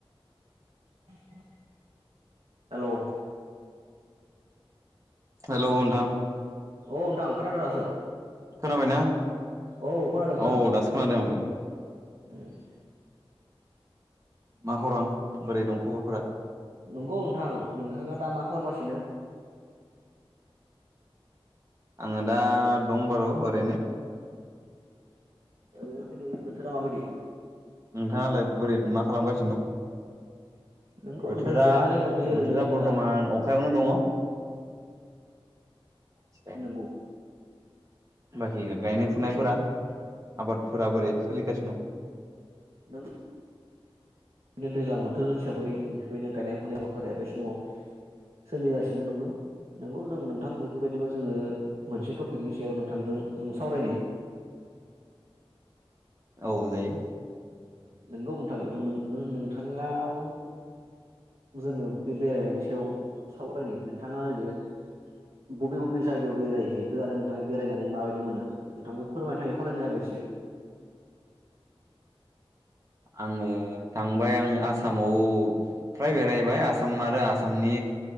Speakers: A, on the right; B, on the right.
A: <unintelligible> हेल'
B: hello नोथां ।
A: औ नोंथां खोनादो दासो।
B: खोनाबायना?
A: औ खोनादों खोनादों
B: औ दासो खोनादों आंबो
A: <unintelligible>
B: मा खौरां? बोरै दं खबरफोरा?
A: नंगौ नोंथां ।नोंथाङा दा मा खालामगासिनो?
B: आंङो दा दं बारुओ रैनो
A: ओरैनो दिनै बोथोरा मा बादि?
B: नोंथाङालाय बोरै मा खालामगासिनो दं
A: नंगौ
B: बोथोरा
A: नोंथां जिरायनानै दंथ'यो ओरैनो
B: बोथोरा बरथमान
A: दा
B: अखायावनो दङ। दङ
A: नोंगौ।
B: बाखि गायनाय फुनायफोरा आबादफोरा बोरै सोलिगासिनो दं?
A: नों दैज्लां बोथोर हिसाबै बेफोर नों गायनाय फुनाय हाबाफारिया बे समाव सोलिगासिनो दंङो। नोंगौ जों नोंथां बेफोरबायदिबा जोंङो मोनसे टपिकनि सायाव नोंथांजों जों सावरायनि।
B: औ जायो।
A: नोंगौ नोंथां नों ओ नों‌ नोंथाङाव जोङो बे बेरायनायनि सायाव सावरायनो नोंथाङा ओरैनो बबे बबे जायगायाव बेरायहैखो आरो नोंथाङा बेरायनानै माबायदि मोनो नोंथांखौ फोरमायनो थाखाय खावलायनाय जाबाय इसे।
B: आङो थांबाय आङो आसामाव फ्राय बेरायबाय आसाम आरो आसामनि